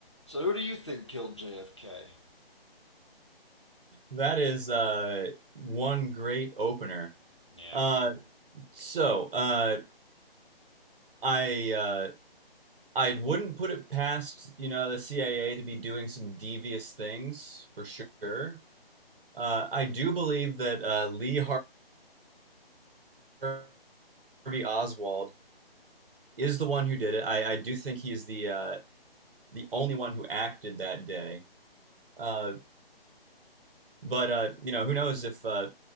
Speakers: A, on the left; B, on the right.
A: So who do you think killed JFK?
B: That is uh, one great opener.
A: Yeah.
B: Uh, so uh, I uh, I wouldn't put it past you know the CIA to be doing some devious things for sure. Uh, I do believe that uh, Lee Harvey Oswald is the one who did it. I, I do think he is the uh, the only one who acted that day. Uh, but uh, you know who knows if uh,